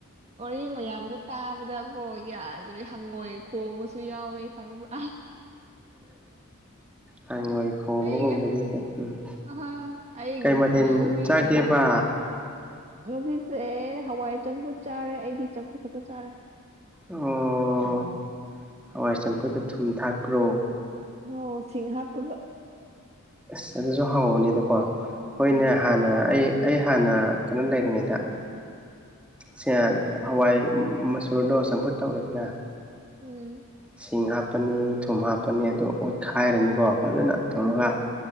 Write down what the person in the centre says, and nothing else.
ꯍꯪꯉꯣꯢ ꯈꯣꯡꯕꯒꯨꯝꯕꯅꯤ
ꯎꯝ
ꯀꯩ ꯃꯊꯦꯜ
ꯆꯥꯒꯦꯕ
ꯑꯣ ꯍꯋꯥꯏ ꯆꯝꯐꯨꯠꯗ ꯊꯨꯝ ꯊꯥꯛꯄ꯭ꯔꯣ
ꯑꯁ ꯑꯗꯨꯁꯨ ꯍꯥꯎꯕꯅꯦꯗꯀꯣ ꯍꯣꯏꯅꯦ
ꯍꯥꯟꯅ ꯑꯩ ꯑꯩ ꯍꯥꯟꯅ ꯀꯩꯅꯣ ꯂꯩꯔꯤꯉꯩꯗ꯫ ꯁꯦ ꯍꯋꯥꯏ ꯃꯆꯨꯔꯗꯣ ꯆꯝꯐꯨꯠ ꯇꯧꯋꯦꯗꯅ
ꯁꯤꯡ ꯍꯥꯞꯄꯅꯤ ꯊꯨꯝ ꯍꯥꯞꯄꯅꯤ ꯑꯗꯨ ꯑꯣꯠꯈꯥꯏꯔꯅꯤꯀꯣ ꯐꯖꯅ꯫ ꯇꯧꯔꯒ